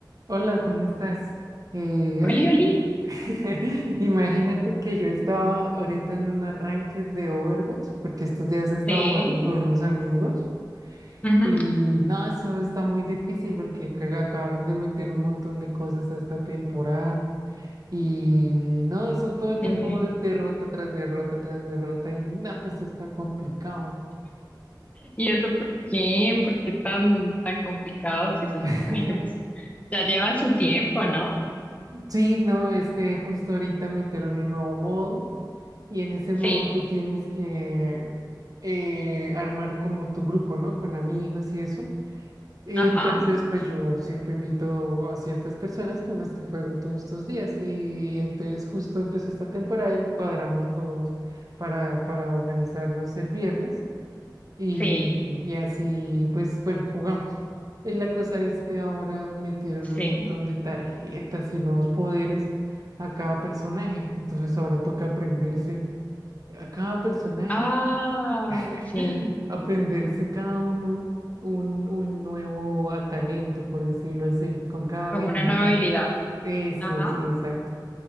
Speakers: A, on the right; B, on the left.
A: Hola, ¿cómo estás? Eh, ay,
B: Oli,
A: no.
B: oli.
A: <laughs> Imagínate que yo estaba ahorita en un arranque de Overwatch, porque estos días he estado
B: Sí.
A: jugando con unos amigos
B: ujú,
A: y no, eso está muy difícil porque ca- acabaron de meter un montón de cosas a esta temporada y no, eso todo el
B: eh,
A: tiempo es derrota tras derrota tras derrota y no, eso está complicado.
B: ¿Y eso por qué? ¿Por qué tan, tan complicado? Si se
A: <laughs>
B: supone que pues ya llevan su tiempo, ¿no?
A: Sí, no, es que justo ahorita metieron un nuevo modo. Y en ese
B: Sí,
A: modo tú tienes que eh, armar como tu grupo, ¿no? Con amigos y eso. Y
B: ajá.
A: entonces, pues yo siempre invito a ciertas personas con las que juego todos estos días. Y entonces justo empezó esta temporada y cuadramos todos para, para organizarnos el viernes. Y,
B: Sí,
A: y así, pues bueno, jugamos. Y la cosa es que ahora metieron
B: sí.
A: un montón de tarjetas y nuevos poderes a cada personaje. Entonces ahora toca aprenderse a cada personaje,
B: Ay,
A: <laughs>
B: sí.
A: aprenderse cada uno un, un nuevo a- talento, por decirlo así, con cada
B: Como
A: habilidad.
B: una nueva habilidad.
A: Eso,
B: Ajá.
A: sí, exacto.